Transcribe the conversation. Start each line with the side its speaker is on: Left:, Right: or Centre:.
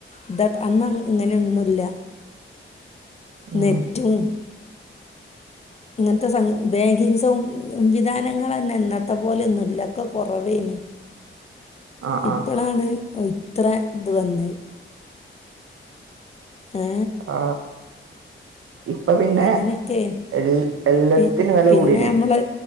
Left: ഇത അന്ന് അങ്ങ് ഇങ്ങനെയൊന്നുമില്ല
Right: ഉം
Left: നെറ്റും ഇന്നത്തെ സംഗ് ബാങ്കിങ് സംവിധാനങ്ങളതന്നെ ഇന്നത്തെ പോലെയൊന്നുമല്ല. ഇല്ലൊക്കെ കുറവേനി
Right: ആ ആ
Left: ഇപ്പളാണ് ഇത്ര ഇത് വന്നത് ഏ
Right: ആ ഇപ്പൊ പിന്നെ
Left: അങ്ങനൊക്കെ
Right: എ എല്ലാത്തിനും
Left: പി
Right: വില
Left: പിന്നെ
Right: കൂടീനെ
Left: നമ്മള്